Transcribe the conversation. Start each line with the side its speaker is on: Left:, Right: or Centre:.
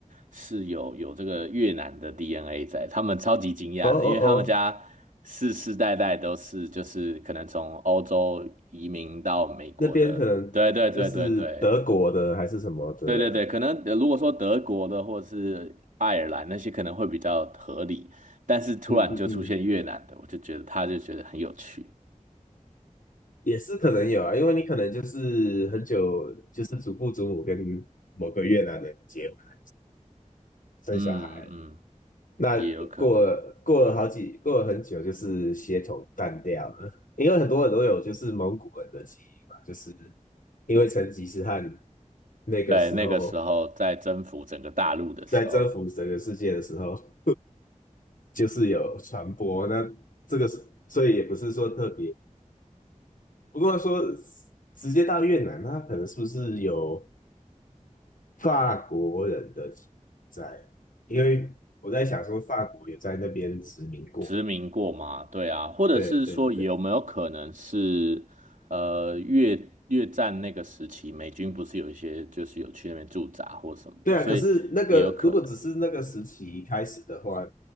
Right: 是有有这个越南的 DNA 在，他们超级惊讶的，
Left: 哦哦哦，
Right: 因为他们家世世代代都是就是可能从欧洲移民到美国的，
Left: 那边可能就是德国的还是什么的人，
Right: 对对对对对对对对，可能呃如果说德国的或是爱尔兰那些可能会比较合理，但是突然就出现越南的，
Left: 嗯嗯嗯，
Right: 我就觉得他就觉得很有趣，
Left: 也是可能有啊，因为你可能就是很久就是祖父祖母跟某个越南人结婚生小孩，
Right: 嗯嗯，嗯
Left: 那过了过了好几过了很久，
Right: 也有可能，
Left: 就是血统淡掉了，因为很多人都有就是蒙古人的基因嘛，就是因为成吉思汗那个时候
Right: 对，那个时候在征服整个大陆的时候。
Left: 在征服整个世界的时候，就是有传播，那这个是所以也不是说特别，不过说直接到越南，他可能是不是有法国人的基因在？因为我在想说法国也在那边殖民过，
Right: 殖民过嘛？对啊，或者是说有没有可能是，
Left: 对对对。
Right: 呃，越越战那个时期，美军不是有一些就是有去那边驻扎或什么的，
Left: 对啊，
Right: 所以也有可能。
Left: 可是那个如果只是那个时期开始的话，